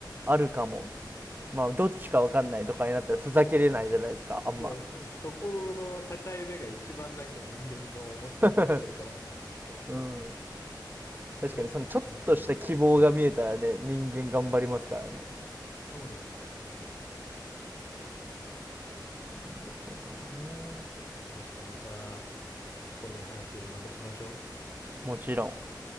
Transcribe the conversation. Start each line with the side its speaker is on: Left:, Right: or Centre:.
Right: あるかもまあ、どっちかわかんないとかになったらふざけれないじゃないですか、あんま。
Left: そう、そこの境目が一番なんか人間の面白さが出るかなと思ってて、
Right: <laughs> うん。確かに、
Left: どっちなんだろうね。
Right: そのちょっとした希望が見えたらね、人間頑張りますからね。
Left: そうなんですよ。
Right: なるほどね。
Left: ちょっとまた、こういう話またしましょう。
Right: もちろん。